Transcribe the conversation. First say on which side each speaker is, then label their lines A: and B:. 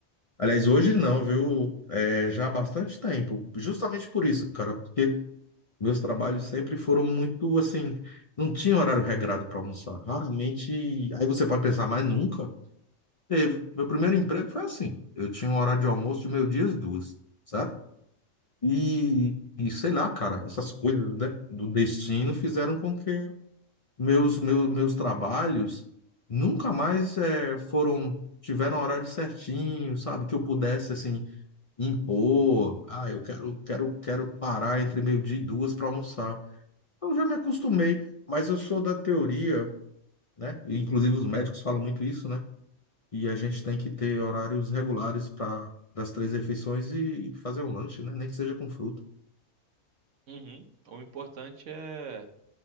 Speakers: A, on the left; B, on the right.
A: Aliás, hoje não, viu? É, já há bastante tempo. Justamente por isso, cara, porque meus trabalhos sempre foram muito assim, não tinha horário regrado para almoçar. Raramente. Aí você pode pensar, mas nunca teve. Meu primeiro emprego foi assim. Eu tinha um horário de almoço de meio-dia às duas. certo? E, e sei lá, cara, essas coisas, né, do destino fizeram com que meus, meus, meus trabalhos nunca mais eh, foram, tiveram horário certinho, sabe? Que eu pudesse, assim, impor. Ah, eu quero, quero, quero parar entre meio-dia e duas para almoçar. Eu já me acostumei, mas eu sou da teoria, né? e Inclusive os médicos falam muito isso, né? E a gente tem que ter horários regulares para das três refeições e fazer um lanche, né? Nem que seja com fruta.
B: Uhum. O importante é